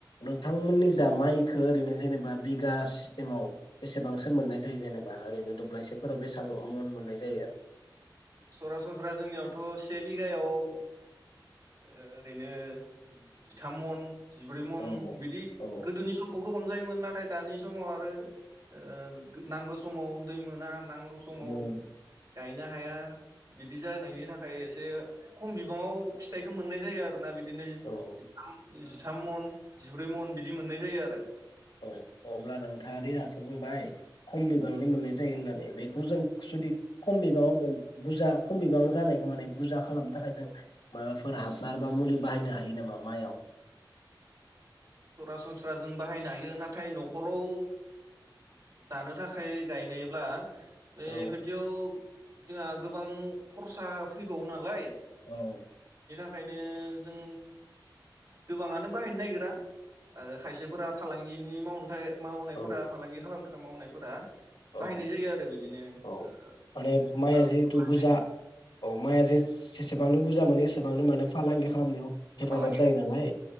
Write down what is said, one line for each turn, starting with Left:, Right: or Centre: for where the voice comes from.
Left: नोंथांमोननि जा माइ खो ओरैनो जेनेबा बिगा सिस्टेमाव बेसेबांसो मोननाय जायो जेनेबा ओरैनो दब्लायसेफोराव बेसेबां मन मोननाय जायो।
Right: सरासनस्रा जोंनियावथ' से बिघायाव ओरैनो जिथाम मन जिब्रै मन
Left: औ
Right: बिदि
Left: औ
Right: गोदोनि समाव गोबां जायोमोन। नाथाय दानि समाव आरो ओ नांगौ समाव दै मोना। नांगौ
Left: उम
Right: समाव गायना हाया बिदि जानायनि थाखाय एसे खम बिबाङाव फिथाइखौ मोननाय जायो आरो फोरना बिदिनो जिथाम
Left: औ
Right: जि थाम मन जिब्रै मन बिदि मोननाय जायो आरो।
Left: औ अब्ला नोंथांआ दि दासो बुंबाय खम बिबांनि मोननाय जायो होननानै बेखौ जों जुदि खम बिबाङाव बुरजा खम बिबां जानायखौ माने बुरजा खालामनो थाखाय जों माबाफोर हासार बा मुलि बाहायनो हायो नामा माइयाव?
Right: सरासनस्रा जों बाहायनो हायो नाथाय न'खराव जानो थाखाय गायनायब्ला बे
Left: औ
Right: फायदियाव जोंहा गोबां खरसा फैबावो नालाय
Left: औ।
Right: खायनो जों गोबाङानो बाहायनो नायगिरा। आरो खायसेफोरा फालांगिनि मावनोथाय मावनायफोरा
Left: औ
Right: फालांगि खालाम थाखा मावनायफोरा बाहायनाय
Left: औ
Right: जायो आरो बिदिनो <unintelligible>
Left: औ माने माइआ जिहेथु बुरजा औ माया जे-जेसेबांनो बुजा मोनो एसे बांनो माने फालांगि खालामनायाव हेफाजाब
Right: फालांगि
Left: जायो नालाय